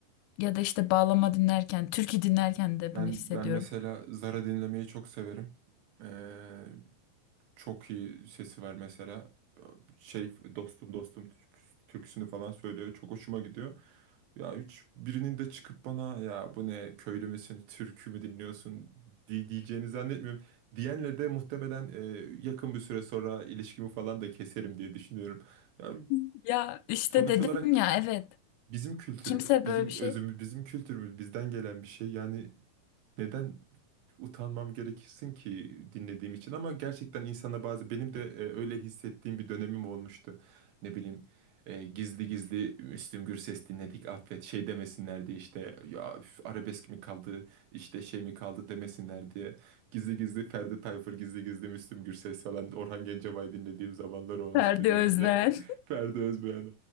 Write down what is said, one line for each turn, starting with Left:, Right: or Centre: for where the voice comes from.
Left: Ya da işte bağlama dinlerken, türkü dinlerken de
Right: Ben
Left: bunu hissediyorum.
Right: ben mesela Zara dinlemeyi çok severim. Ee, çok iyi sesi var mesela. Şey dostum dostum türküsünü falan söylüyor. Çok hoşuma gidiyor. Ya hiç birinin de çıkıp bana ya bu ne köylü müsün, türkü mü dinliyorsun di- diyeceğini zannetmiyorum. Diyenle de muhtemelen e, yakın bir süre sonra ilişkimi falan da keserim diye düşünüyorum. Ya
Left: <laughs> Ya işte
Right: sonuç
Left: dedim
Right: olarak
Left: ya evet.
Right: bizim kültürümüz,
Left: Kimse
Right: bizim
Left: böyle bir şey.
Right: özümüz, bizim kültürümüz bizden gelen bir şey. Yani neden utanmam gerekirsin ki dinlediğim için ama gerçekten insana bazı benim de e, öyle hissettiğim bir dönemim olmuştu. Ne bileyim e, gizli gizli Müslüm Gürses dinledik affet şey demesinler diye işte ya üf, arabesk mi kaldı işte şey mi kaldı demesinler diye gizli gizli Ferdi Tayfur gizli gizli Müslüm Gürses falan Orhan Gencebay dinlediğim zamanlar olmuştu
Left: Ferdi
Right: benim
Left: Özben.
Right: de <laughs> Ferdi Özbeğen.